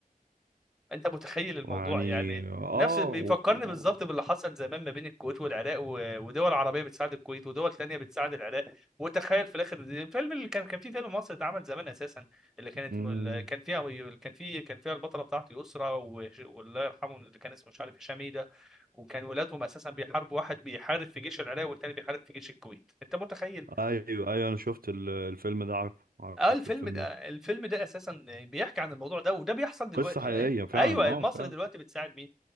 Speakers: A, in the centre; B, on the right (about 85°).
A: انت متخيل الموضوع
B: ويعني
A: يعني
B: اه
A: نفس بيفكرني
B: و... و...
A: بالظبط باللي حصل زمان ما بين الكويت والعراق و- ودول عربيه بتساعد الكويت ودول تانية بتساعد العراق وتخيل في الاخر الفيلم اللي كان كان في فيلم مصري اتعمل زمان اساسا اللي كانت
B: مم.
A: اللي كان فيها كان في كان فيها البطله بتاعته يسرا وش- والله يرحمه اللي كان اسمه مش عارف هشام ايه ده وكان ولادهم اساسا بيحاربوا واحد بيحارب في جيش العراق والتاني بيحارب في جيش الكويت انت متخيل
B: ايوه ايوه انا شفت ال- الفيلم ده عارف عارف
A: اه الفيلم
B: الفيلم
A: ده
B: ده
A: الفيلم ده اساسا بيحكي عن الموضوع ده وده بيحصل دلوقتي
B: قصة حقيقية
A: اهي
B: فعلا
A: ايوه
B: اه
A: مصر
B: فعلا
A: دلوقتي بتساعد مين